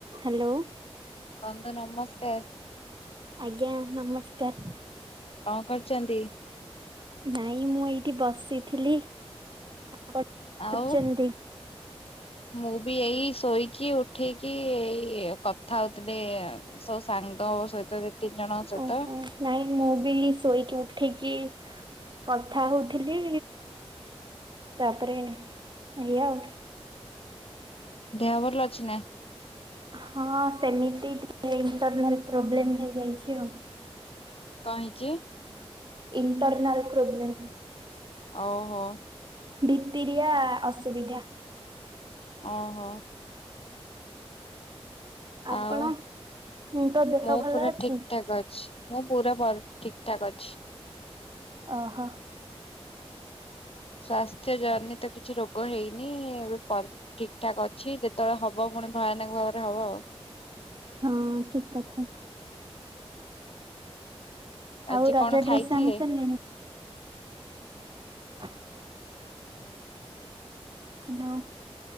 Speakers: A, on the right; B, on the left.
A: Hello.
B: ବନ୍ଧୁ ନମସ୍କାର।
A: ଆଜ୍ଞା ନମସ୍କାର।
B: କଣ କରୁଛନ୍ତି?
A: ନାଇଁ ମୁଁ ଏଇଠି ବସିଥିଲି ଆପଣ କଣ
B: ଆଉ
A: କରୁଛନ୍ତି?
B: ମୁଁ ବି ଏଇ ଶୋଇକି ଉଠେଇକି ଏଇ କଥା ହଉଥିଲେ ସବ ସାଙ୍ଗ ସହିତ ଯେତିକି ଜଣ ତମେ?
A: ଓହୋ ନାଇଁ ମୁଁ ବି ଶୋଇକି ଉଠେଇକି କଥା ହଉଥିଲି ତାପରେ ଏଇ ଆଉ।
B: ଦେହ ଭଲ ଅଛି ନା?
A: ହଁ ସେମିତି ଟିକେ ଇଣ୍ଟରନାଲ ପ୍ରୋବ୍ଲେମ ହେଇଯାଇଛି ଆଉ।
B: କଣ ହେଇଚି?
A: Internal problem.
B: ଓହୋ
A: ଭିତ୍ତିରିଆ ଅସୁବିଧା।
B: ଓ ହୋ
A: ଆପଣ
B: ଆଉ
A: ଙ୍କ ଦେହ
B: ମୁଁ
A: ଭଲ
B: ପୁରା
A: ଅଛି?
B: ଠିକ ଠାକ୍ ଅଛି। ମୁଁ ପୁରା ଠିକ ଠାକ୍ ଅଛି।
A: ଓହୋ
B: ସ୍ଵାସ୍ଥ୍ୟ ଜନିତ କିଛି ରୋଗ ହେଇନି ଏବେ ଠିକ ଠାକ୍ ଅଛି ଯେତେବେଳେ ହବ ପୁଣି ଭୟାନକ ଭାବରେ ହବ ଆଉ।
A: ହଁ ଠିକ କଥା।
B: ଆଜି
A: ଆଉ ରଜ
B: କଣ
A: ଡ୍ରେସ୍
B: ଖାଇଥିଲେ?
A: ଆଣି ସାରିଲେଣି। ହ୍ୟାଲୋ।